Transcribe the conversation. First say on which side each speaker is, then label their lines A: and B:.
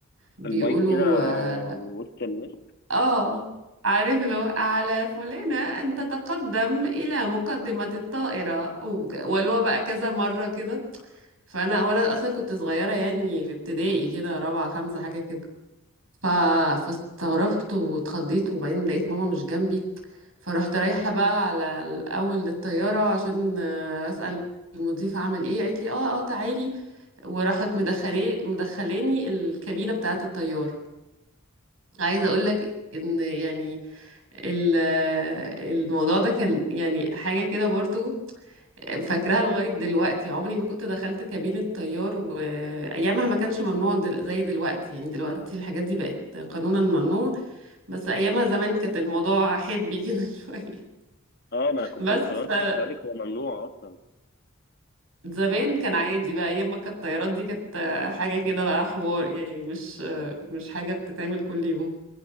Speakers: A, on the right; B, on the left.
A: بيقولوا
B: المايك كده آه،
A: آه،
B: وسط الناس
A: اه عارف لو على فلانة أن تتقدم إلى مقدمة الطائرة وك- ولو بقى كذا مرة كده فأنا وأنا أصلا كنت صغيرة يعني في ابتدائي كده رابعة خمسة حاجة كده ف... فاستغربت واتخضيت وبعدين لقيت ماما مش جنبي فرحت رايحة بقى على الأول للطيارة عشان آه، أسأل المضيفة عمل إيه قالت لي اه اه تعالي وراحت مدخلي مدخلاني الكابينة بتاعة الطيار عايزة أقول لك ان يعني ال- الموضوع ده كان يعني حاجة كده برضو فاكراها لغاية دلوقتي عمري ما كنت دخلت كابينة طيار وأيامها ما كانش ممنوع دل- زي دلوقتي يعني دلوقتي الحاجات دي بقت قانونا ممنوع بس أيامها زمان كانت الموضوع حبي كده <laughs> شوية
B: اه ما انا كنت
A: بس
B: استغربت
A: ف-
B: كنت هقول لك هو ممنوع اصلا
A: زمان كان عادي بقى أيام ما كانت الطيارات دي كانت حاجة كده بقى حوار يعني مش مش حاجة بتتعمل كل يوم